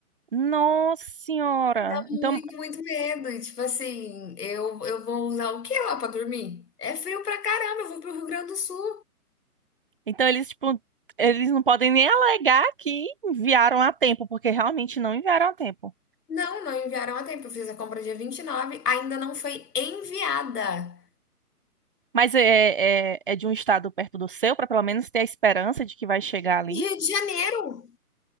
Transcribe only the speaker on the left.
Dá muito,
muito medo e, tipo assim, eu eu vou usar o que lá pra dormir? É frio pra caramba, eu vou pro Rio Grande do Sul.
Não, não enviaram a tempo, eu fiz a compra dia 29. ainda não foi enviada.
Rio de Janeiro!